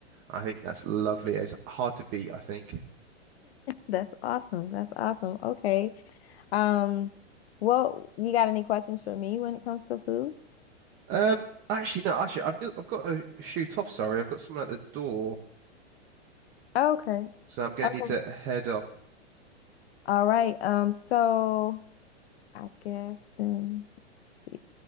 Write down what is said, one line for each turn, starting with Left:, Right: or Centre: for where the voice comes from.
Right: I think that's lovely. It's hard to beat, I think.
Left: That's awesome. That's awesome. Okay. Um, well, you got any questions for me when it comes to food?
Right: Um, actually, no, actually, I've, I've got to shoot off. Sorry, I've got someone at the door,
Left: Okay.
Right: so I'm going
Left: Okay.
Right: to need to head off.
Left: All right. Um, so I guess then let's see.